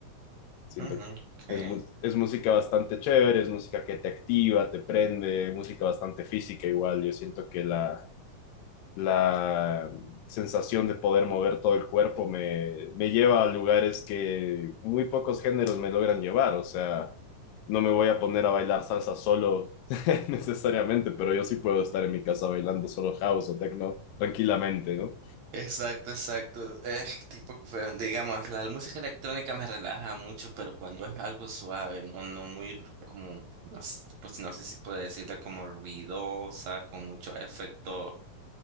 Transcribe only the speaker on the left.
Siento
que
es, mu- es música bastante chévere, es música que te activa, te prende, música bastante física igual. Yo siento que la, la sensación de poder mover todo el cuerpo me, me lleva a lugares que muy pocos géneros me logran llevar. O sea, no me voy a poner a bailar salsa solo <laughs> necesariamente, pero yo sí puedo estar en mi casa bailando solo house o techno tranquilamente, ¿no?